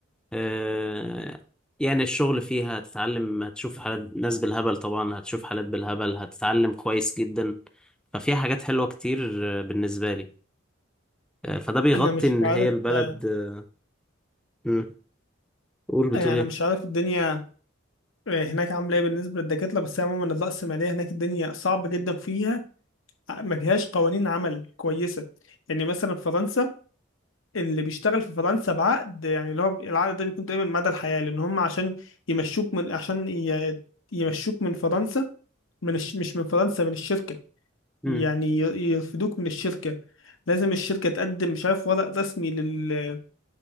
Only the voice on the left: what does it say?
أنا مش
عارف
آه،
يعني أنا
مش عارف الدنيا آه، هناك عاملة إيه بالنسبة للدكاترة بس عموما الرأسمالية هناك الدنيا صعبة جدا فيها ما فيهاش قوانين عمل كويسه يعني مثلا في فرنسا اللي بيشتغل في فرنسا بعقد يعني اللي هو العقد ده بيكون تقريبا مدى الحياه لان هم عشان يمشوك من عشان ي- يمشوك من فرنسا من الش... مش من فرنسا من الشركه
يعني ي- يرفدوك من الشركه لازم الشركه تقدم مش عارف ورق رسمي لل